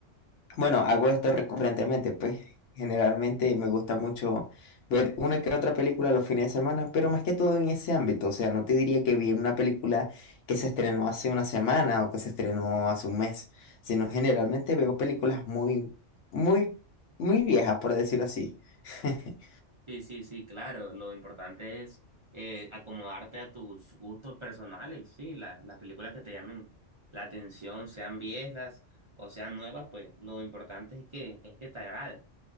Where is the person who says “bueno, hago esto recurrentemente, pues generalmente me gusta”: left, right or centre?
Left